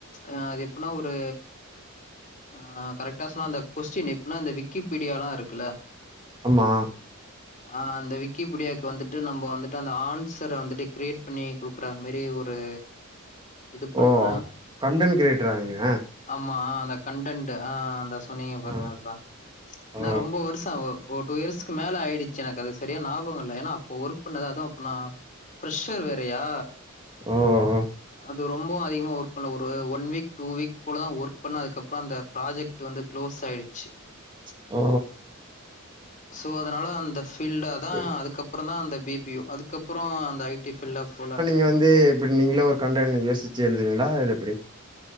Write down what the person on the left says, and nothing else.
ஆ அது எப்பின்னா ஒரு ஆ கரெக்ட்டா சொன்னா அந்த கொஸ்டின் எப்பின்னா அந்த விக்கிபீடியாலா இருக்குல்ல
ஆ அந்த விக்கிபீடியாக்கு வந்துட்டு நம்ம வந்துட்டு அந்த ஆன்சர வந்துட்டு கிரியேட் பண்ணி குடுக்குற மாரி ஒரு இது பண்ணே
ஆமா அந்த கன்டன்ட் ஆ அந்தச் பண்ணிங்க பாருங்க
அதா ஏன்னா
ரொம்ப வருஷ ஆவு ஒரு டூ இயர்ஸ்க்கு மேல ஆயிடுச்சு எனக்கு அது சரியா ஞாபக இல்ல ஏன்னா அப்போ ஒரு பண்ணது அதுவு அப்ப நா ஃபிரெஷ்ஷர் வேறையா
அது ரொம்ப அதிகமா ஒர்க் பண்ல ஒரு ஒன் வீக் டூ வீக் போலதா ஒர்க் பண்ண அதுக்கப்புறோ அந்த ப்ராஜெக் ட் வந்து குளோஸ் ஆயிடுச்சு
சோ அதனால அந்த ஃப் ஃபீல்டா தா
அதுக்கப்புறோ தா அ பி பி ஒ அதுக்கப்புறோ அந்த ஐடி ஃபீல்ட போல